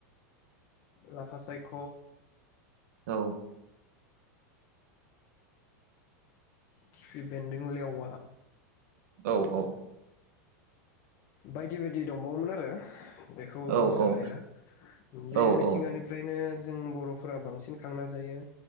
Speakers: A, on the left; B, on the right.
A: लाफासायख
B: औ
A: खिफि बेन्दों लेवा
B: औ औ।
A: बायदि बायदि दंबावोमोन आरो। बेखौ
B: औ
A: बुंसो हाया
B: औ
A: बे
B: औ
A: मिथिंगानिफ्रायनो जों बर'फोरा बांसिन खांना जायो।